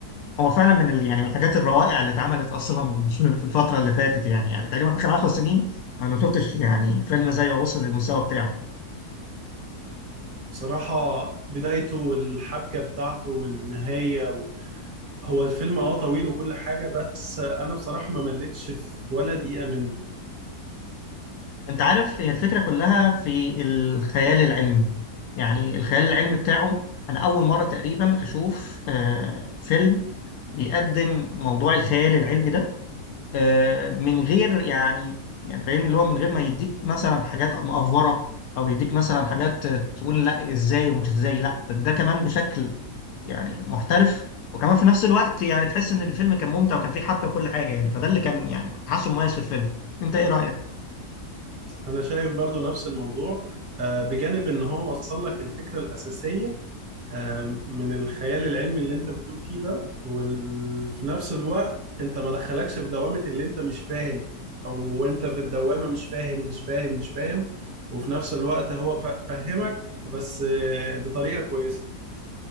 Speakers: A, on the left; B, on the right.
A: هو فعلا من ال... يعني من الحاجات الروائع اللي اتعملت اصلا <laughs> في الفتره اللي فاتت يعني يعني تقريبا اخر 10 سنين انا ما شفتش يعني فيلم زيه وصل للمستوى بتاعه
B: بصراحة بدايته والحبكة بتاعته والنهاية و... هو الفيلم اه طويل وكل حاجة بس انا بصراحة ما مليتش في ولا دقيقة منه
A: انت عارف هي الفكره كلها في الخيال العلمي يعني الخيال العلمي بتاعه انا اول مره تقريبا اشوف آه فيلم بيقدم موضوع الخيال العلمي ده آه، من غير يعني يعني فاهمني اللي هو من غير ما يديك مثلا حاجات مأفورة او يديك مثلا حاجات آه، تقول لا ازاي ومش ازاي لا ده ده كمان بشكل يعني محترف وكمان في نفس الوقت يعني تحس ان الفيلم كان ممتع وكان فيه حبكة وكل حاجة يعني فده اللي كان يعني كنت حاسه مميز في الفيلم انت ايه رأيك؟
B: انا شايف برضو نفس الموضوع آه، بجانب ان هو وصل لك الفكرة الأساسية آم، من الخيال العلمي اللي انت بتقول فيه ده وفي نفس الوقت انت ما دخلكش في دوامة اللي انت مش فاهم او انت في الدوامة مش فاهم مش فاهم مش فاهم وفي نفس الوقت هو ف- فهمك بس آه، بطريقة كويسة